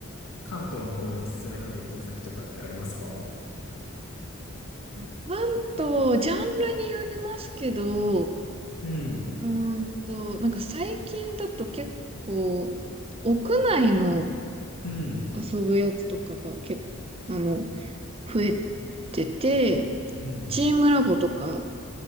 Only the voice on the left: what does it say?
関東の方でおすすめの旅行先とかってありますか
うん、
うん、
うん。